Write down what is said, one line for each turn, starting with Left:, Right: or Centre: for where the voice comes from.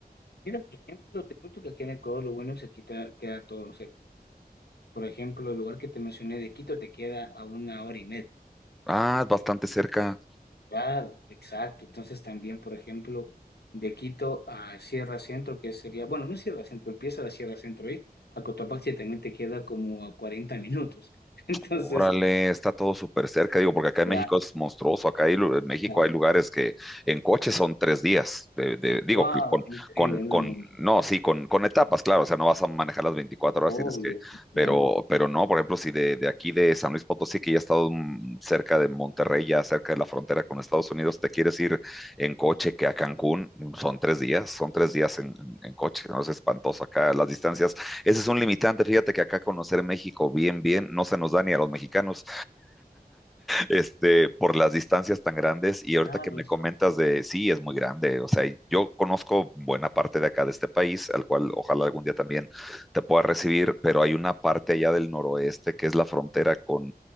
Left: Mira, por ejemplo, te cuento que aquí en Ecuador lo bueno es que aquí te- queda todo cerca. Por ejemplo, el lugar que te mencioné de Quito te queda a una hora y media,
Centre: Ah,
Left: ¿ok?
Centre: bastante cerca.
Left: Claro, exacto. Entonces también, por ejemplo, de Quito a Sierra Centro, que sería, bueno, no es Sierra Centro, empieza la Sierra Centro ahí, a Cotopaxi también te queda como a 40 minutos. <laughs> Entonces,
Centre: Órale, está todo súper cerca, digo, porque acá en
Left: la,
Centre: México es monstruoso. Acá hay lu- en México
Left: la,
Centre: hay lugares que en coche son tres días. de- de- digo,
Left: wow,
Centre: que con,
Left: increíble,
Centre: con,
Left: no,
Centre: con,
Left: no, ni-
Centre: no, sí, con, con etapas, claro. O sea, no vas a manejar las veinticuatro horas,
Left: obvio,
Centre: tienes que,
Left: entiendo.
Centre: pero, pero no, por ejemplo, si de, de aquí de San Luis Potosí, que ya he estado mm, cerca de Monterrey, ya cerca de la frontera con Estados Unidos, te quieres ir en coche que a Cancún, son tres días, son tres días en, en- en coche, ¿no? Es espantoso acá. Las distancias ese es un limitante. Fíjate que acá conocer México bien, bien, no se nos da ni a los mexicanos este, por las distancias tan grandes. Y ahorita
Left: Claro,
Centre: que me
Left: eso,
Centre: comentas de, sí, es muy grande. O sea, yo conozco buena parte de acá de este país, al cual ojalá algún día también te pueda recibir, pero hay una parte allá del noroeste que es la frontera con,